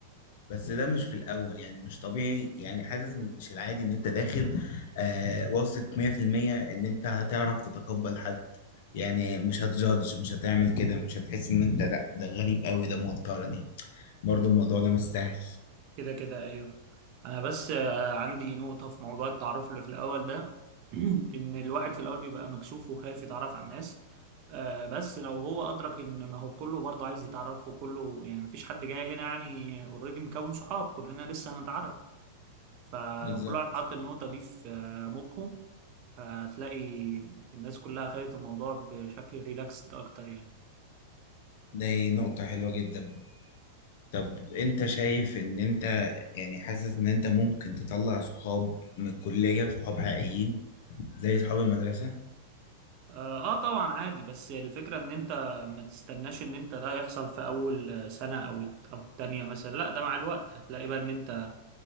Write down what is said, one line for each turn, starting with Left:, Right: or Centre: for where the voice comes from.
Left: بس ده مش في الأول يعني مش طبيعي يعني حاسس مش العادي إن أنت داخل آه واثق 100% إن أنت هتعرف تتقبل حد يعني مش هتجادج مش هتعمل كده مش هتحس إن أنت لا ده غريب قوي ده موترني برضو الموضوع ده مش سهل
Right: كده كده ايوه انا بس آه، عندي نقطة في موضوع التعرف اللي في الاول ده <clears throat> ان الواحد في الاول بيبقى مكسوف وخايف يتعرف على الناس آه، بس لو هو ادرك ان ما هو كله برضه عايز يتعرف وكله يعني مفيش حد جاي هنا يعني اوريدي مكون صحاب كلنا لسه هنتعرف فلو
Left: بالظبط
Right: كل واحد حط النقطة دي في آه، مخه هتلاقي الناس كلها خدت الموضوع بشكل ريلاكسد اكتر يعني
Left: دي نقطة حلوة جدا طب انت شايف ان انت يعني حاسس ان انت ممكن تطلع صحاب من الكلية صحاب حقيقيين زي صحاب المدرسة
Right: اه آه طبعا عادي بس الفكرة ان انت ما تستناش ان انت ده يحصل في اول سنة او او التانية مثلا لا ده مع الوقت هتلاقي بقى ان انت